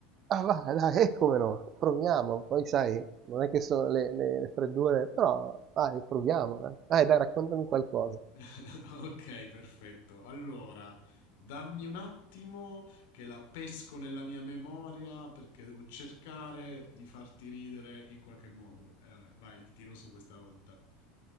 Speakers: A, on the right; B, on the left.
A: Ah, va, dai, e come no, proviamo, poi sai, non è che sono le, le- le freddure, però dai, proviamo, eh. Dai, dai, raccontami qualcosa.
B: <laughs> Ok, perfetto. Allora, dammi un attimo che la pesco nella mia memoria perché devo cercare di farti ridere in qualche modo. Eh, vai, ti tiro su questa volta.